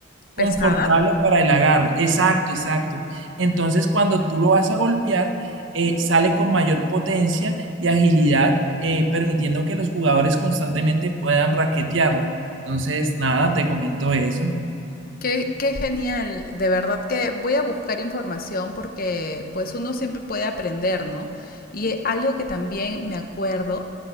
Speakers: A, on the right; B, on the left.
A: confortable
B: ¿Pesada?
A: para el agarre. Exacto, exacto. Entonces, cuando tú lo vas a golpear, eh, sale con mayor potencia y agilidad, eh, permitiendo que los jugadores constantemente puedan raquetearla. Entonces, nada, te comento eso.
B: Qué, qué genial, de verdad que voy a buscar información porque pues uno siempre puede aprender, ¿no? Y eh, algo que también me acuerdo